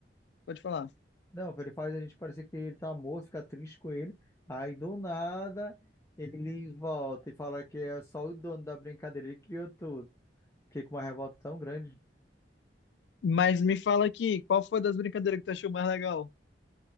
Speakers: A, on the left; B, on the left.
A: Pode falar.
B: Não, ele faz a gente parecer que ele tá morto, fica triste com ele. Aí do nada ele volta e fala que é só o dono da brincadeira, ele criou tudo. Fiquei com uma revolta tão grande.
A: Mas me fala aqui, qual foi das brincadeiras que tu achou mais legal?